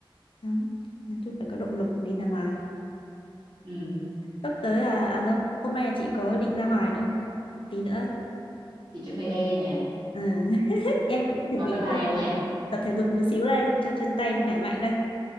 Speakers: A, on the left; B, on the right.
A: đúng nói chung phải có động lực đi ra ngoài
B: ừ.
A: sắp tới là à đâu hôm nay chị có định ra ngoài đâu tí nữa ấy.
B: chị chuẩn bị đây nè
A: Ừ. <laughs> em cũng chuẩn
B: Rồi,
A: bị
B: bye bye
A: đi
B: em
A: ra ngoài
B: nha
A: tập thể dục một xíu đây cho chân tay nó khỏe mạnh đây